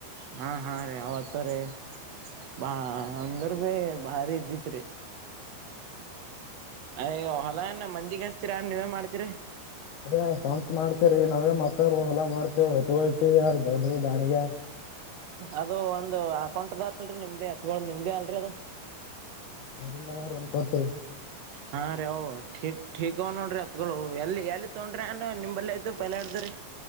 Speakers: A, on the right (about 70°); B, on the left (about 65°).
A: ಹಾ ಹಾ ರೇ ಅವವತ ರೇ ಬಾ ಅಂದ ಭಾರಿ ಇದ್ದಿತ್ ರೀ ಅಯ್ಯ ಹೊಲಾನ ಮಂದಿಗ್ ಹಸ್ತೀರಾ ನೀವೇ ಮಾಡ್ತೀರಿ
B: ಅದೇ ಸ್ವಂತ ಮಾಡ್ತೇವ ರೀ ನಾವೇ ಮತಾರ ಎಲ್ಲಾ ಮಾಡ್ತೇವ ಹೊತ್ಟ್ಟಿ ಯಾರ ದೊಡ್ ದಾಾಣಿಗೆ
A: ಅದು ಒಂದು ಅಕೌಂಟ್ದ ಅಲ್ರಿ ನಿಮ್ದೇ ಹತ್ ನಿಮ್ದೇ ಅಲ್ರರಿ ಅದು
B: ಬೋರಿಲ್ಲವರ್ ಅನ್ಕೋತೀರಿ
A: ಹಾ ರವು ಟೀಕ್ ಅವ ನೋಡ್ರಿ ಹತ್ಗಳು ಎಲ್ಲಿ ಎಲ್ಲಿ ತೊಗೊಂಡ್ರಿ ಅ ನಿಂಬಲ್ಲ ಇದ್ದ ಪಲ್ಯಾಡ್ದ್ರಿ